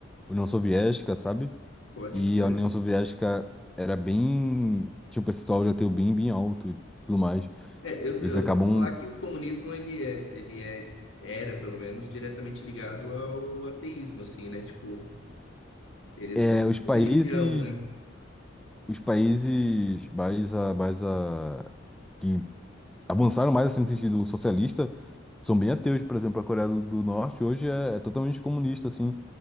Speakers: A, in the centre; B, on the left.
A: União Soviética, sabe?
B: Pode
A: E
B: crer.
A: a União Soviética era bem, tinha um percentual de ateu bem, bem alto e tudo mais.
B: É, eu,
A: Eles
B: eu
A: acabam,
B: ouvi falar que o comunismo, ele é, ele é, era, pelo menos, diretamente ligado ao ateísmo, assim, né? Tipo, eles
A: é,
B: não
A: os países,
B: são religião, né?
A: os países mais a, mais a, que avançaram mais assim, no sentido socialista são bem ateus, por exemplo, a Coreia do, do Norte hoje é, é totalmente comunista, assim.